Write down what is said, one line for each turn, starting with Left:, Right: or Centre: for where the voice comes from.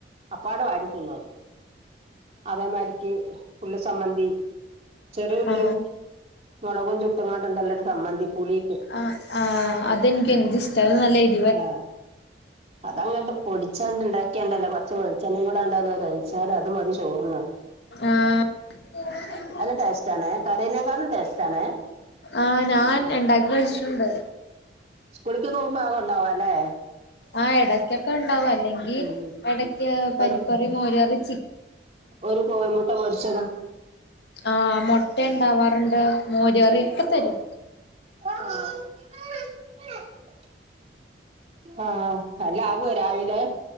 Right: അപ്പാട് വാരി തിന്നോളും. അതേമാരിക്ക് ഉള്ളി സംമ്മന്തിയും ചെറിയ ഉള്ളിയും
Left: ആ
Right: മുളകും ചുട്ടുങ്ങാട്ടണ്ടല്ലൊരു സമാന്തിപ്പൂളി
Left: ആ ആ അതെനിക്ക് എന്ത് ഇഷ്ട <unintelligible>
Right: ആഹ് അതങ്ങട്ട് പൊടിച്ചാണ്ട്ണ്ടാക്കിയണ്ടല്ല കുറച്ച് വെളിച്ചെണ്ണയും കൂടെ ണ്ടായല് ഴിച്ചാല് അത് മതി ചോറുണ്ണാൻ.
Left: ആഹ് <inaudible>
Right: നല്ല ടേസ്റ്റ് ആണ് കറിനേകാളും ടേസ്റ്റ് ആണ്.
Left: ആ് ഞാൻ എണ്ടാക്കെ കഴിച്ചിട്ടുണ്ട്.
Right: സ്കൂളിക്ക് പോകുമ്പോ അത് കൊണ്ടോവാം ലേ.
Left: ആഹ് എടയ്ക്കൊക്കെ ഉണ്ടാവും അല്ലെങ്കി
Right: ഉം
Left: ഇടക്ക് പരിപ്പറി,
Right: ഒരു
Left: മോര്കറി
Right: ഒരു കോയിമുട്ട പൊരിച്ചത്
Left: ആ മുട്ട ഉണ്ടാവാറുണ്ട് മോര്കറി ഇപ്പ തരും.
Right: <unintelligible> ആഹ എല്ലാവോ രാവിലെ.